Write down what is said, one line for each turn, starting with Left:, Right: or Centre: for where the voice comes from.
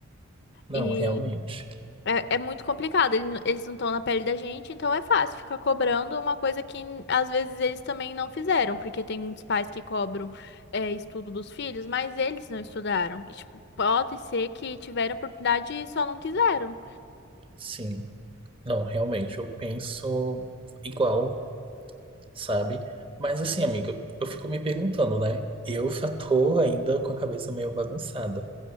Right: Não,
Left: E
Right: realmente.
Left: É, é muito complicado, ele n- eles não estão na pele da gente, então é fácil ficar cobrando uma coisa que às vezes eles também não fizeram, porque tem muitos pais que cobram é, estudo dos filhos, mas eles não estudaram. E, tipo, pode ser que tiveram oportunidade e só não quiseram.
Right: Sim. Não, realmente, eu penso igual, sabe? Mas assim, amiga, eu fico me perguntando, né? Eu já tô ainda com a cabeça meio bagunçada.